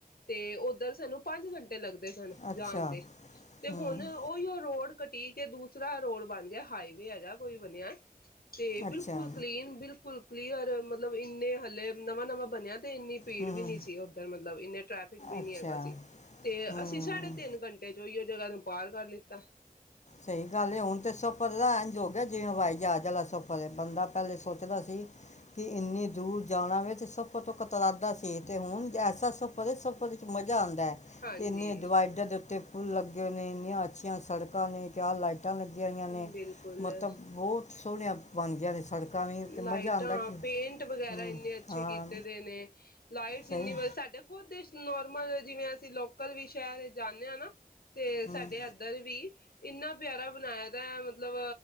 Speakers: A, on the left; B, on the left.
A: ਤੇ ਉੱਧਰ ਸਾਨੂੰ ਪੰਜ ਘੰਟੇ ਤੇ ਲੱਗਦੇ ਸਨ
B: ਅੱਛਾ
A: ਜਾਣ ਦੇ, ਤੇ
B: ਹੂੰ
A: ਹੁਣ ਉਹੀ ਉਹ ਰੋਡ ਕਟੀ ਕੇ ਦੂਸਰਾ ਰੋਡ ਬਣ ਗਿਆ, ਹਾਈਵੇ ਹੈਗਾ ਕੋਈ ਬਣਿਆ। ਤੇ ਬਿਲਕੁਲ
B: ਅੱਛਾ
A: ਕਲੀਨ, ਬਿਲਕੁਲ। ਕਲੀਯਰ ਮਤ ਮਤਲਬ, ਇੰਨੇ ਹਾਲੇ ਨਵਾਂ ਨਵਾਂ ਬਨਿਆ। ਤੇ ਇੰਨੀ ਭੀੜ
B: ਹੂੰ
A: ਵੀ ਨੀ ਸੀ ਉੱਧਰ ਮਤਲਬ ਇੰਨੇ ਟ੍ਰੈਫਿਕ ਵੀ
B: ਅੱਛਾ
A: ਨੀ ਹੈਗਾ ਸੀ ਤੇ
B: ਹੂੰ
A: ਅਸੀਂ, ਸਾਢੇ ਤਿੰਨ ਘੰਟੇ ਚ ਓਹੀਓ ਜਗਾ ਨੂੰ ਪਾਰ ਕਰ ਲਿੱਤਾ।
B: ਸਹੀ ਗੱਲ ਏ, ਹੁਣ ਤੇ ਸਫ਼ਰ ਦਾ ਇੰਝ ਹੋ ਗਿਆ, ਜਿਵੇਂ ਹਵਾਈ ਜਾਜ ਸਫ਼ਰ ਹੈ ਬੰਦਾ ਪਹਿਲੇ ਸੋਚਦਾ ਸੀ ਕਿ, ਇੰਨੀ ਦੂਰ ਜਾਣਾ ਵੇ ਤੇ ਸਫ਼ਰ ਤੋਂ ਕਤਰਾਉਂਦਾ ਸੀ, ਤੇ ਹੁਣ ਐਸਾ ਸਫ਼ਰ ਹੈ, ਸਫ਼ਰ ਚ ਮਜ਼ਾ ਆਉਂਦਾ।
A: ਹਾਂਜੀ
B: ਦਾ ਇੰਨੇ ਡਿਵਾਈਡਰ ਦੇ ਉੱਤੇ ਫੁਲ ਲੱਗੇ ਨੇ, ਇੰਨੀਆਂ ਅੱਛੀਆਂ ਸੜਕਾਂ ਨੇ। ਕਿਆ ਲਾਈਟਾਂ ਲੱਗੀਆਂ ਹੋਈਆਂ
A: ਬਿਲਕੁਲ
B: ਨੇ, ਮਤਲਬ ਬਹੁਤ ਸੋਹਣੀਆਂ ਬਣ ਗਿਆ ਨੇ ਸੜਕਾਂ ਵੀ ਤੇ ਮਜ਼ਾ
A: ਲਾਈਟਾਂ,
B: ਆਉਂਦਾ ਕਿ
A: ਪੇਂਟ ਵਗੈਰਾ,
B: ਹੂੰ,
A: ਇੰਨੇ ਅੱਛੇ
B: ਹਾਂ
A: ਕੀਤੇ ਦੇ ਨੇ। ਲਾਈਟਸੰਨੀ
B: ਸਹੀ
A: ਵਧੀ ਸਾਡੇ ਖੁਦੇ ਨੋਰਮਲ, ਜਿਵੇਂ ਅਸੀਂ ਲੋਕਲ ਵੀ ਸ਼ਹਿਰ ਜਾਂਦੇ ਹਾਂ ਨਾ। ਤੇ
B: ਹੂੰ,
A: ਸਾਡੇ ਐਦਰ ਵੀ। ਇੰਨਾ ਪਿਆਰਾ ਬਨਾਇਦਾ ਐ ਮਤਲਬ